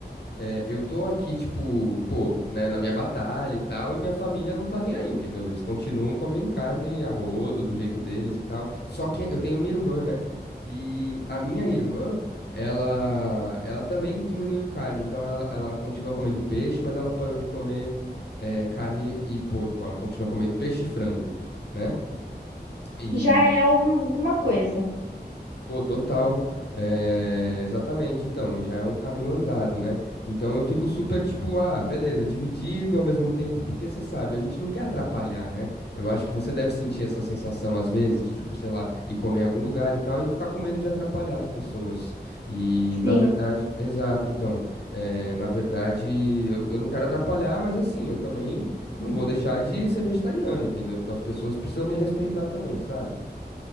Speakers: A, on the left; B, on the right.
A: É, eu tô aqui, tipo, pô, né, na minha batalha e tal, e minha família não tá nem aí, entendeu? Eles continuam comendo carne a rodo, do jeito deles e tal. Só que eu tenho uma irmã, né? E a minha irmã, ela, ela também diminuiu carne. Então ela, ela continua comendo peixe, mas ela parou de comer, é, carne e porco. Ela continua comendo peixe e frango, né? E
B: Já é algum- alguma coisa.
A: Pô, total. É, exatamente. Então, já é um caminho andado, né? Então eu fico super tipo, ah, beleza, dividido ao mesmo tempo, porque você sabe, a gente não quer atrapalhar, né? Eu acho que você deve sentir essa sensação às vezes de tipo, sei lá, ir comer em algum lugar e tal e ficar com medo de atrapalhar as pessoas. E
B: Sim,
A: na verdade, exato, então, é, na verdade, eu, eu não quero atrapalhar, mas assim, eu também não vou deixar de ser vegetariano, entendeu? Então as pessoas precisam me respeitar também, sabe?